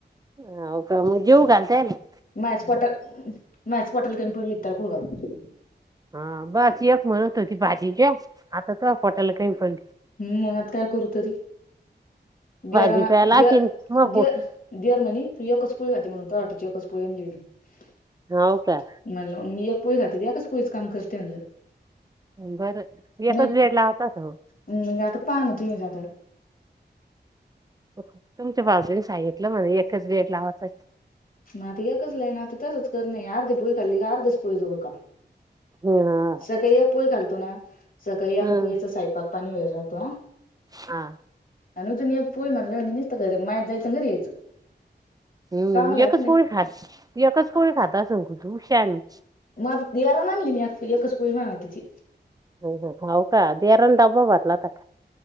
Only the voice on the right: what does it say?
अ हौ का मग जेवू घाल तयाला
हा बास, एक म्हणत होती भाजी घ्या, आता तोया पोटाला काही प
भाजी प्यायला
आखीन मग
पोट
हाव का?
बरं. एकच
बेड लावतात हो.
<unintelligible> तुमच्या बाजूनी सांगितलं म्हणे एकच गेट लावाचाय
हं.
हं.
हां.
हम्
एकच
पोळी खा, एकच पोळी खात असन <unintelligible> शानी
ह ह हौ का? देरान डबा भरला का?